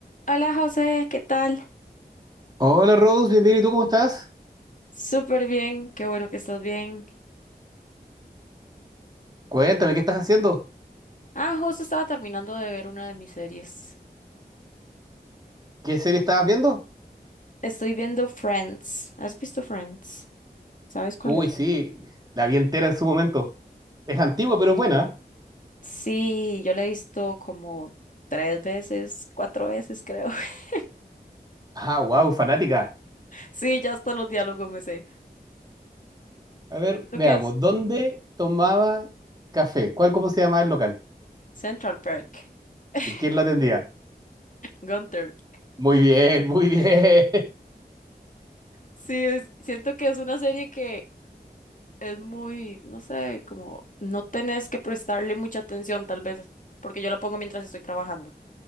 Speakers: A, on the left; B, on the right.
A: Hola José, ¿qué tal?
B: Hola Rose, bienvenido. ¿Y tú cómo estás?
A: Súper bien, qué bueno que estás bien.
B: Cuéntame, ¿qué estás haciendo?
A: Ah, justo estaba terminando de ver una de mis series.
B: ¿Qué serie estabas viendo?
A: Estoy viendo Friends. ¿Has visto Friends? ¿Sabes cuál
B: Uy,
A: es?
B: sí, la vi entera en su momento. Es antigua, pero es buena.
A: Sí, yo la he visto como tres veces, cuatro veces creo. <laughs>
B: Ah, wow, fanática.
A: Sí, ya hasta los diálogos me sé.
B: A ver,
A: Siento
B: veamos,
A: que es
B: ¿dónde tomaba café? ¿Cuál, cómo se llamaba el local?
A: Central Park. <laughs>
B: ¿Y quién lo atendía?
A: Gunther.
B: Muy bien, muy bien.
A: Sí, es- siento que es una serie que es muy, no sé, como no tenés que prestarle mucha atención tal vez, porque yo la pongo mientras estoy trabajando.